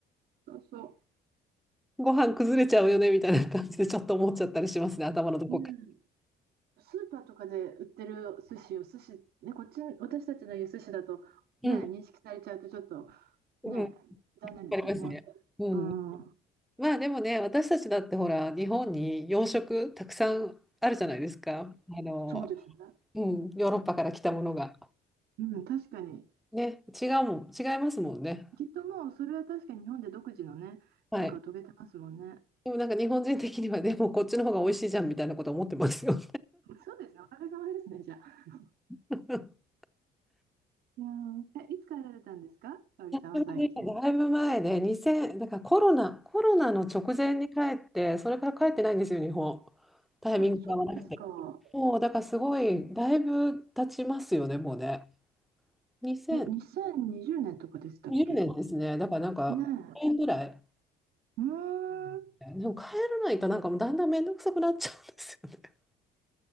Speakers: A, on the right; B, in the centre.
A: そうそ
B: ご飯崩れちゃうよねみたいな感じでちょっと思っちゃったりしますね、頭のどこか。
A: う。うんスーパーとかで売ってる寿司を寿司、ね、こっち、私たちの言う寿司だと、
B: うん。
A: ね、認識されちゃうとちょっと
B: うんわ
A: ね、残念ですよね。
B: かりますね。うん。
A: うん、
B: まあでもね、私たちだってほら、日本に洋食たくさんあるじゃないですか。あの、
A: そうですね。
B: うん、ヨーロッパから来たものが。
A: うん、確かに。
B: ね、違うもん、違いますもんね。
A: きっともうそれは確かに日本で独自のね、
B: はい。
A: 変化を遂げてますもんね。
B: でもなんか日本人的にはでもこっちの方が美味しいじゃんみたいなこと思ってますよ。
A: そうですね、おかげさまですね、じゃあ。
B: <laughs>
A: いやえ、いつ帰られたんですか、かおりさんは最近。
B: 私もね、だいぶ前で2000、だからコロナ、コロナの直前に帰って、それから帰ってないんですよ、日本。タイミングが合わなくて。
A: あ、そうですか。
B: もうだからすごい、だいぶ経ちますよね、もうね。2000、
A: え、2020年とかでしたっけ
B: 10年ですね。だからなんか、
A: ねえ。
B: 1年ぐらい。うん
A: うーん、
B: でも帰らないとなんかもうだんだん面倒くさくなっちゃうんですよね。